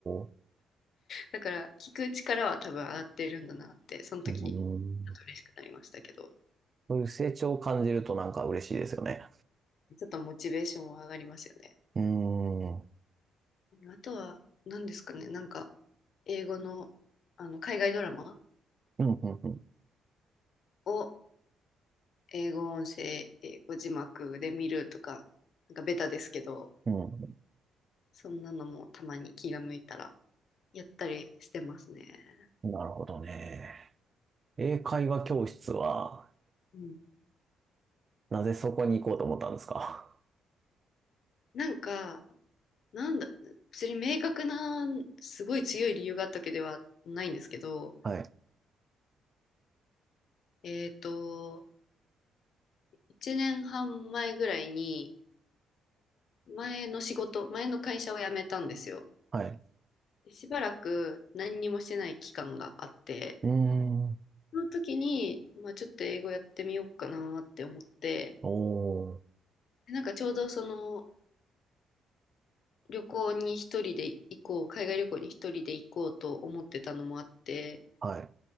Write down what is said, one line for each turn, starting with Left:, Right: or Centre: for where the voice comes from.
Right: ー、
Left: だから聞く力は多分上がってるんだなってその時ちょっと嬉しくなりましたけど
Right: うーん。そういう成長を感じるとなんか嬉しいですよね。
Left: ちょっとモチベーションは上がりますよね
Right: うーん。うん、
Left: あとは何ですかねなんか英語のあの海外ドラマ
Right: うん、
Left: を英語音声英語字幕で見るとかなんかベタですけど
Right: うん。
Left: そんなのもたまに気が向いたらやったりしてますね、
Right: うん。なるほどね。英会話教室は、
Left: うん、
Right: なぜそこに行こうと思ったんですか
Left: なんかなんだ別に明確なすごい強い理由があったわけではないんですけど
Right: <laughs> はい、
Left: えっ、と1年半前ぐらいに前の仕事前の会社を辞めたんですよ
Right: はい。
Left: しばらく何にもしてない期間があって
Right: うーん。
Left: その時に、まあ、ちょっと英語やってみようかなって思って
Right: おー、
Left: でなんかちょうどその旅行に一人で行こう海外旅行に一人で行こうと思ってたのもあって
Right: はい。